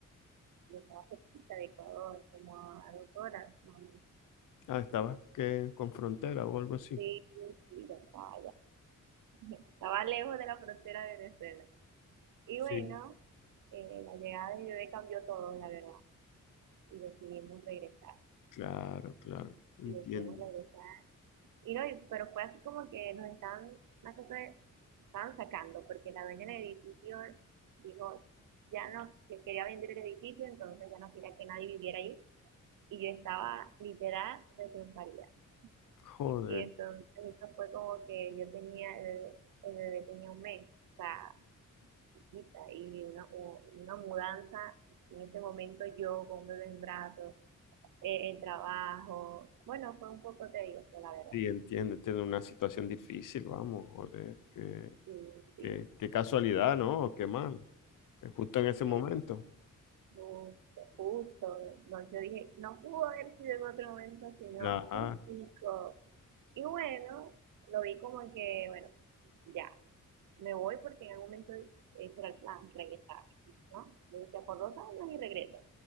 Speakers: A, on the right; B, on the left.
A: yo estaba cerquita de Ecuador, como a dos horas, más o menos.
B: ah, estabas que con frontera o algo así.
A: Sí, sí, yo estaba ya, <laughs> estaba lejos de la frontera de Venezuela. Y
B: Sí,
A: bueno, eh, la llegada de bebé cambió todo, la verdad, y decidimos regresar,
B: claro, claro. Entiendo.
A: y decidimos regresar. Y no, y- pero fue así como que nos estaban, una cosa, de- estaban sacando, porque la dueña del edificio dijo, ya no, que quería vender el edificio, entonces ya no quería que nadie viviera ahí, y yo estaba literal recién parida.
B: Joder.
A: Y entonces eso fue como que yo tenía, el bebé, el bebé tenía un mes, o sea, chiquita, y una, u- una mudanza. En ese momento yo con un bebé en brazos, eh, el trabajo, bueno, fue un poco tedioso, la verdad.
B: Sí, entiendo. Tiene una situación difícil, vamos. Joder. Qué,
A: Sí, sí,
B: qué, qué casualidad, ¿no? Qué mal. Justo en ese
A: sí,
B: momento.
A: justo, justo. No, yo dije, no pudo haber sido en otro momento, sino
B: Ajá.
A: justico. Y bueno, lo vi como que, bueno, ya, me voy porque en algún momento ese era el plan, regresar, ¿no? Yo decía, por dos años y regreso.